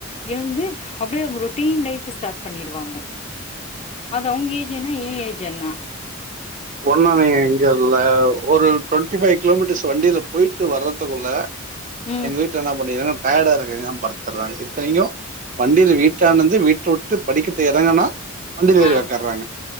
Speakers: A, on the left (about 30°); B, on the right (about 40°).
A: எழுந்து அப்படியே அவங்க ரொட்டீன் லைஃப் ஸ்டார்ட் பண்ணிடுவாங்க அது அவங்க ஏஜ் என்ன ஏன் ஏஜ்னா
B: உன்ன நான் இங்க இல்ல ஒரு டுவென்டி ஃபைவ் கிலோமீட்டர்ஸ் வண்டியல போய்ட்டு வரதுக்குள்ள
A: ம்
B: எங்க வீட்டுல என்ன பண்ணி இருக்காங்க டயடா இருக்க தான் படுத்துடுறாங்க இத்தனைையு வண்டில வீட்டு <unintelligible> விட்டு படிக்கட்டு எறங்குனா <unintelligible>
A: ஆ